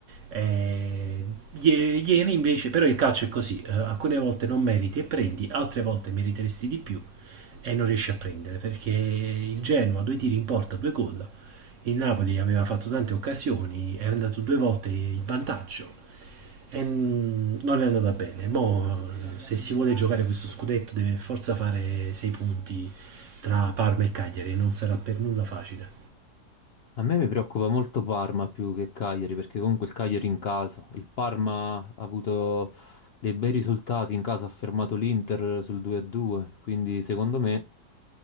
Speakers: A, on the right; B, on the left.
A: Eh, ie- ieri invece, però il calcio è così, eh, alcune volte non meriti e prendi, altre volte meriteresti di più e non riesci a prendere perché il Genoa due tiri in porta, due gol il Napoli aveva fatto tante occasioni, era andato due volte in vantaggio e mm, non è andata bene. Mo, se si vuole giocare questo scudetto deve forza fare sei punti tra Parma e Cagliari e non sarà per nulla facile.
B: A me mi preoccupa molto Parma più che Cagliari, perché comunque il Cagliari in casa, il Parma ha avuto dei bei risultati in casa, ha fermato l'Inter sul 2-2, quindi secondo me